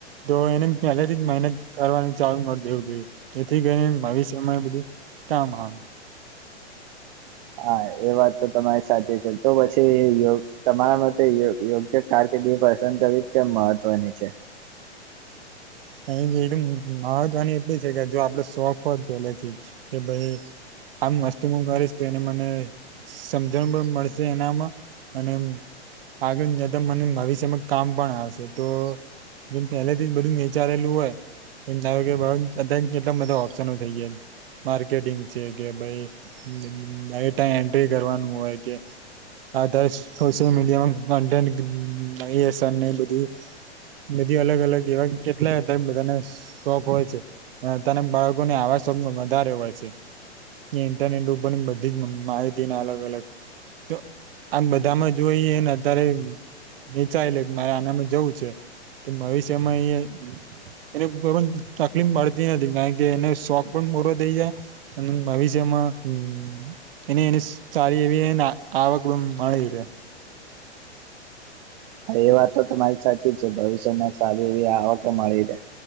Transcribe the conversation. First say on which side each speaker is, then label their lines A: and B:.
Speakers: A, on the right (about 55°); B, on the right (about 40°).
A: તો એને પહેલાથી જ મહેનત કરવાનું ચાલુ કરી દેવું જોઈએ. એથી કરીને ભવિષ્યમાં એ બધું કામ આવે.
B: હા એ વાત તો તમારી સાચી છે તો પછી યોગ તમારા માટે યો યોગ્ય કારકિર્દી પસંદ કરવી કેમ મહત્વની છે.
A: કારણ કે એકદમ મા મહત્વની એટલી છે કે જો આપડે શોખ હોય પેલે થી કે ભાઈ આમ મસ્ત હું કરીશ તો એને મને સમજણ પણ મળશે એનામાં અને આગળ જતા મને ભવિષ્યમાં કામ પણ આવશે તો જે પહેલેથી બધું વી વિચારેલું હોય કે ધારો કે <unintelligible> બધા ઓપ્શ નો થઈ જાય. માર્કેટિંગ છે કે ભાઈ ડાયટ એન્ટ્રી કરવાનું હોય કે આધારે સોશયલ મીડિયામાં <unintelligible> આઈ એસ આર ને એ બધું બધી અલગ અલગ એવા કેટલા <unintelligible> બધાને સા શોખ હોય છે <unintelligible> તને બાળકોને આવા શોખમાં વધારે હોય છે. ને ઇન્ટરનેટ ઉપર ની બધી જ માં માહિતીન અલગ અલગ તો આમ બધામાં જોઈએ ને અત્યારે મે ચાલે મારે આનામાં જવું છે તો ભવિષ્યમાં એ હમ્મ એને કોઈ પણ તકલીફ પડતી નથી કારણ કે એને શોખ પણ પૂરો થઈ જાય. અને ભવિષ્યમાં હમ્મ. એને એને સારી એવીને આવક માં મળી રહે.
B: એ વાત તો તમારી સાચી જ છે ભવિષ્યમાં સારી એવી આવ કે મળી રહે.